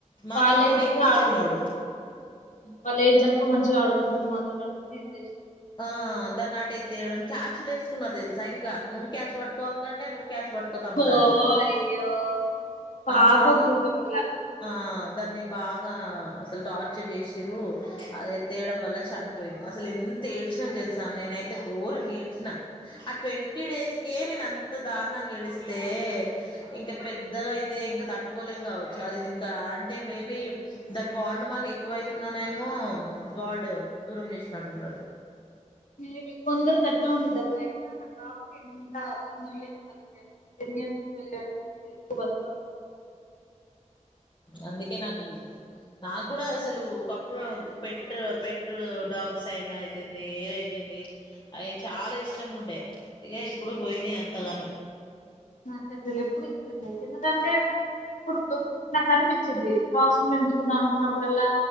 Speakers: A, on the left (about 35°); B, on the left (about 80°).
A: మా
B: వాళ్ళు
A: చిన్నోడు
B: ఎంచక్కా
A: ఇంకా
B: ఆడుకుం
A: చిన్నోడు
B: వాళ్ళు ఎంచక్కా మంచిగా ఆడుకుం మాతోటి అనుకోని ఎత్తేసిన
A: ఆ దాన్ని అట ఎత్తేయడం క్యాచులు వేసుకున్నారు తెలుసా ఇంకా నువ్వు క్యాచు పట్టుకోవ కంటే నువ్వు క్యాచ్ పట్టుకో తమ్ముడు
B: ఓ
A: అని
B: అయ్యో పాపం
A: అట్లా
B: కుక్కపిల్ల
A: ఆ దాన్ని బాగా అసలు టార్చర్ చేసిండ్రు అది ఎతేయడం వల్ల చనిపోయింది అసలు ఎంత తేడ్చినం తెలుసా నేనైతే గోరంగా ఏడ్చిన ఆ ట్వంటీ డేస్ కే నేను ఎంత దారుణంగా గడిస్తే ఇంక పెద్దగా అయితే ఇంకా తట్టుకోలేం కావచ్చు అది ఇది ఇంకా ఇంక పెద్దగా అయితే ఇంకా తట్టుకోలేం కావచ్చు అది ఇంకా అంటే మాకు ఎక్కువైతుందనేమో ఏమో గాడ్ దూరం చేసినట్టున్నాడు
B: ఎవి కొందరుచ ఇంతే ఉంటది అక్క ten years twelve years కంటే ఎక్కువ బతక
A: అందుకే నాకు నాకు కూడా అసలు ఒకప్పుడు పెట్ పెట్టుడు డాగ్స్ అయినా అయితుంది ఏదైతుంది అవి చాలా ఇష్టం ఉండే ఇక ఇప్పుడు పోయినాయి అంతగానం
B: నాసలు ఎప్పుడు ఇస్తుడి ఎందుకంటే ఇప్పుడు నాకు అనిపించింది డాక్స్ని పెంచుకుందాం అనుకున్నప్పుడల్లా